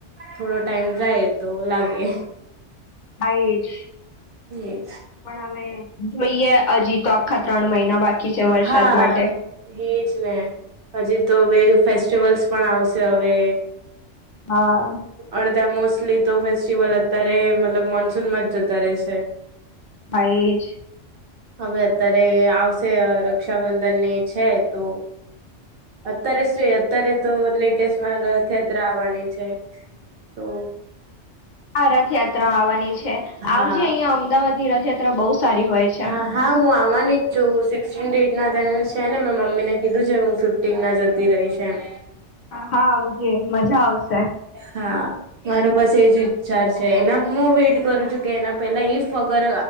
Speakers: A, on the right; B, on the left.
A: થોડો ટાઈમ જાય તો લાગે.
B: હા એજ.
A: એ જ.
B: પણ હવે જોઈએ હજી તો આખા ત્રણ મહિના બાકી. છે વરસાદ
A: હા.
B: માટે.
A: એજ ને હજી તો હવે ફેસ્ટિવલ્સ પણ આવશે હવે.
B: હા.
A: અડધા મોસ્ટલી તો ફેસ્ટસ્ટિવલ અત્યારે મતલબ મોનસૂનમાં જ જતા રહેશે.
B: હ એ જ.
A: હવે અત્યારે આવશે રક્ષાબંધન ને છે તો અત્યારે સુું અત્યારે તો લેટેસમાં રથયાત્રા આવવાની છે.. તો
B: આ રથયાત્રા આવવાની છે
A: હા
B: આવજે અહિયાં અમદાવાદ ની રથયાત્રા બહુ સારી હોય છે.
A: હા હા હું આવવાની જ છું સિક્નટીન ડેટ નાને છે ને મેં મમ્મીને કીધું છે હું ફિફ ટીમ ના જતી રહીશ એમ.
B: હા આવજે મજા આવશે.
A: હા. મારો પાસે એજ વિચચાર છે એના હું વેઇટ કરું છું કે એના પેલા ઈફ અગર